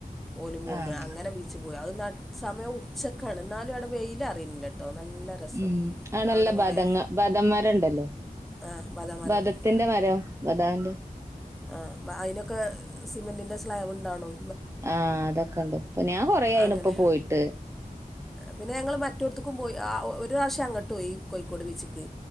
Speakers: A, in the centre; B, on the right.
A: ഓല് പോന്ന്
B: ആഹ്
A: അങ്ങനെ ബീച്ച് പോയി അത് ന സമയം ഉച്ചക്കാണ് ന്നാലും അവിടെ വെയിലറിയാനില്ലട്ടോ നല്ല രസം
B: ഉം അവടെ നല്ല
A: അവിടെ കുറേ
B: ബാദങ്ങ ബാദമ്മരണ്ടല്ലോ
A: ആ ബദാമരം
B: ബധത്തിന്റെ മരം ബദാണ്ട്‌
A: ആ അ അയ്നൊക്കെ സിമെന്റിന്റെ സ്ലാബ് ണ്ടാനും
B: ആഹ് അതൊക്കെണ്ട് ഇപ്പൊ ഞാൻ കൊറേയായിണ്പ്പൊ
A: അങ്ങനെ
B: പോയിട്ട്
A: പിന്നെ ഞങ്ങള് മറ്റോടത്തക്കും പോയി ഒരു പ്രാവശ്യ അങ്ങട്ട് പോയി കോഴിക്കോട് ബീച്ചക്ക്